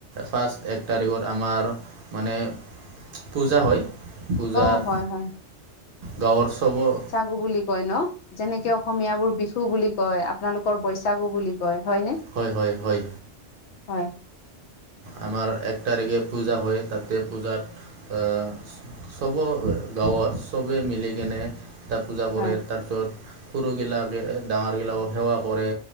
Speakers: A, on the right; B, on the left.
A: ফাৰ্ষ্ট এক তাৰিখত আমাৰ মানে পূজা হয় পূজাত
B: অ হয় হয়
A: গাঁৱৰ চবৰ
B: গো বুলি কয় ন, যেনেকে অসমীয়াবোৰ বিহু বুলি কয়। আপোনালোকৰ বৈছাগু বুলি কয় হয় নে?
A: হয় হয় হয়।
B: হয়।
A: আমাৰ এক তাৰিখে পূজা হয়, তাতে পূজাত অহ' চবৰ গাঁৱত চবে মিলিকেনে তাত পূজা
B: হয়
A: কৰে, তাৰপিছত সৰুগিলাকে ডাঙৰগিলাকক সেৱা কৰে।